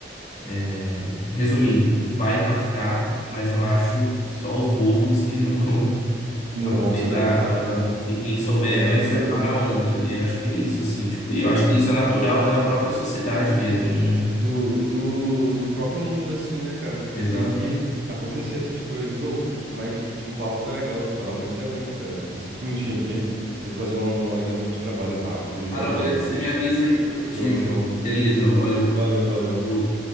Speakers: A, on the left; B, on the right.
A: é, resumindo, vai impactar, mas eu acho só os bobos que não vão <laughs>
B: Não
A: aproveitar.
B: vão se adaptar,
A: não
B: né?
A: vão- e quem souber
B: É,
A: vai surfar
B: é exatamente.
A: na onda. E eu acho que é isso, assim, tipo,
B: Sim.
A: e eu acho que isso é natural da própria sociedade mesmo. Não...
B: Do, e do, do próprio mundo, assim, né, cara? Porque
A: Exatamente.
B: tem que acontecer essas coisas. Ou, mas, tipo, o papo tá legal e tal, mas você aguenta, cara. Tipo, cinco minutinhos aqui. Tem que fazer uma, uma ligação de trabalho rápido, já
A: Ah,
B: já eu
A: não,
B: volto,
A: beleza.
B: velho.
A: Você me avisa aí, depois a gente
B: Show, show.
A: se liga de novo. Valeu.
B: Valeu, valeu.
A: Falou.